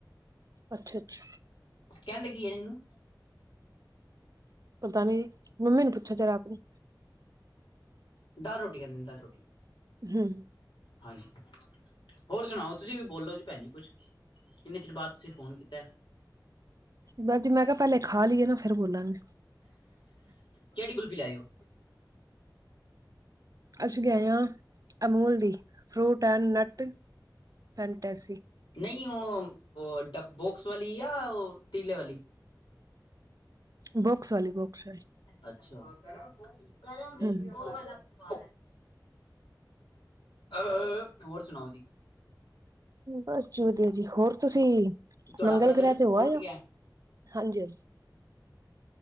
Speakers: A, on the right; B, on the left.
A: ਅੱਛਾ ਅੱਛਾ
B: ਕਹਿੰਦੇ ਕੀ ਆ ਇਨੂੰ
A: ਪਤਾ ਨੀ ਮੰਮੀ ਨੂੰ ਪੁੱਛੋ ਜਰਾ ਕ
B: ਦਾਲ ਰੋਟੀ ਕਹਿੰਦੇ ਦਾਲ ਰੋਟੀ
A: ਹੂੰ
B: ਹਾਂਜੀ। ਹੋਰ ਸੁਣਾਓ ਤੁਸੀਂ ਵੀ ਬੋਲੋ ਜੀ ਭੈਣ ਜੀ ਕੁਛ ਇੰਨੇ ਚਿਰ ਬਾਅਦ ਤੁਸੀਂ ਫੋਨ ਕੀਤਾ।
A: ਬਸ ਜੀ ਮੈਂ ਕਿਹਾ ਪਹਿਲੇ ਖਾ ਲਈਏ ਨਾ ਫੇਰ ਬੋਲਾਂਗੀ।
B: ਕਿਹੜੀ ਕੁਲਫੀ ਲਿਆਏ ਹੋ?
A: ਅਸੀਂ ਲਿਆਏ ਹਾਂ ਅਮੂਲ ਦੀ ਫਰੂਟ ਐਂਡ ਨੱਟ ਫਨਟੈਸੀ।
B: ਨਈ ਉਹ ਉਹ ਬੋਕਸ ਵਾਲੀ ਜਾਂ ਉਹ ਤੀਲੇ ਵਾਲੀ?
A: ਬੁਕਸ ਵਾਲੀ ਬੁਕਸ ਵਾਲੀ
B: ਅੱਛਾ। ਗਰਮ ਹੀ
A: ਹਮ
B: ਉਹ ਵਾਲਾ ਪਾ ਲੈਣ ਹੋਰ ਸੁਣਾਓ ਜੀ?
A: ਬਸ ਵਧੀਆ ਜੀ ਹੋਰ ਤੁਸੀਂ
B: ਤੁਹਾਡਾ
A: ਮੰਗਲ
B: ਬ੍ਰਦਰ
A: ਗ੍ਰਹਿ ਤੇ ਹੋ
B: ਪਹੁੰਚ
A: ਆਏ
B: ਗਿਆ
A: ਹੋ। ਹਾਂਜੀ ਹਾਂਜੀ।